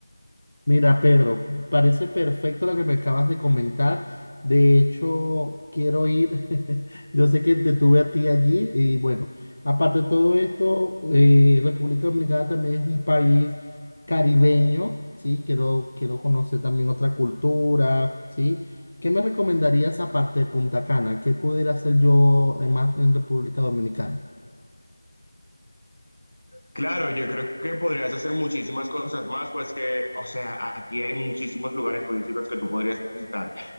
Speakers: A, on the left; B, on the left.
A: Mira, Pedro, parece perfecto lo que me acabas de comentar. De hecho, quiero ir. <laughs> Yo sé que te tuve a ti allí y bueno, aparte de todo esto, eh, República Dominicana también es un país caribeño, ¿sí? Quiero, quiero conocer también otra cultura, ¿sí? ¿Qué me recomendarías aparte de Punta Cana? ¿Qué pudiera hacer yo eh, más en República Dominicana?
B: Claro, yo creo que podrías hacer muchísimas cosas más, pues que, o sea, aquí hay muchísimos lugares turísticos que tú podrías visitar.